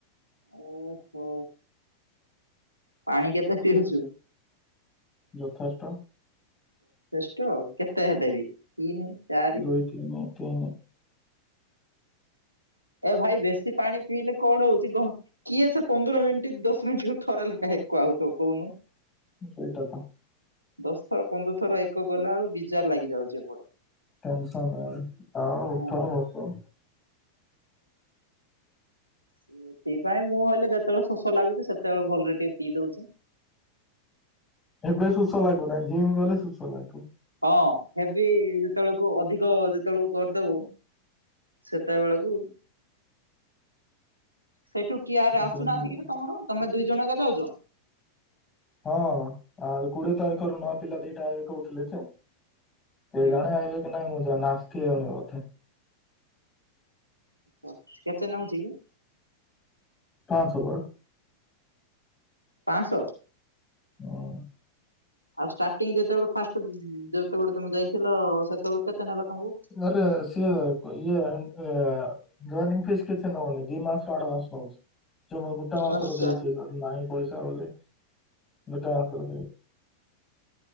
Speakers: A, on the right; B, on the left.
A: ଓହୋ। ପାଣି କେତେ ପିଉଛୁ?
B: ଯଥେଷ୍ଟ।
A: ତ କେତେ ହେଟେ ବି? ତିନ ଚାରି?
B: ଦୁଇ ତିନି ତିନି।
A: ଏ ଭାଇ ବେଶୀ ପାଣି ପିଇଲେ କଣ ହଉଛି କିଏ ସେ ପନ୍ଦର ମିନିଟ ଦଶ ମିନିଟ୍ ଥରେ ଲେଖା ଏକ ଆଉଥିବ କହୁନୁ।
B: ସେଇଟା ତ।
A: ଦଶ ଥର ପନ୍ଦର ଥର ଏକ ଗଲା ବଳୁ ବିଜାର ଲାଗିଯାଉଛି ଏପଟେ।
B: ଟେନସନ ଏଇଆଡ଼ ଆଉ
A: ହଁ
B: ଉଠ ଆଉ। ତ।
A: ସେଥିପାଇଁ ମୁଁ ହେଲେ ଯେତେବେଳେ ଶୋଷ ଲାଗୁଛି ସେତେବେଳେ ଭଲରେ ଟିକେ ପିଇ ଦଉଛି।
B: ଏବେ ଶୋସ ଲାଗୁନାହିଁ ଜିମ୍ ଗଲେ ଶୋସ ଲାଗିବ।
A: ହଁ ହେବି ଯେତେବେଳକୁ ଅଧିକ ଯେତେବେଳକୁ କରିଦବ ସେତେବେଳକୁ ସେଇଠୁ କିଏଆରେ ଆସୁନାହାନ୍ତି
B: ଜିମ୍ ଗ
A: କି ତମର ତମେ ଦୁଇ ଜଣ ଯାକ ଆଉଚ।
B: ହଁ ଆଉ କୋଡିଏ ତାରିଖରୁ ନୂଆ ପିଲା ଦେଇଟା ଏବେ କହୁଥିଲେ ଚ। କେ
A: ହୁଁ
B: ଜଣେ ଆଇିବେ କି ନାଇଁ ମୁଁ <unintelligible>
A: ଓ କେତେ ନେଉଛି କି?
B: ପାଞ୍ଚଶହ ପରା
A: ପାଞ୍ଚଶହ
B: <unintelligible>
A: ଆଉ ଷ୍ଟାର୍ଟିଂ ଯେତେବେଳେ ଫାଷ୍ଟ ଯେତେବେଳେ ତମେ ଯାଇଥିଲ ସେତେବେଳେ କେତେ ନେଲା? ତମକୁ?
B: ଆରେ ସିଏ ଇଏ ଏ ଜଏନିଙ୍ଗ ଫିସ୍ କିଛି ନଉନି ଦି ମାସର ଆଡ଼ଭାନ୍ସ ନଉଛି। ମୁଁ ଗୋଟା ମାସରେ
A: ଆଚ୍ଛା।
B: ଦେଇଛି ନାଇଁ। ପଇସା ହଲେ। ଦୁଇଟା ମାସର ଦେବି।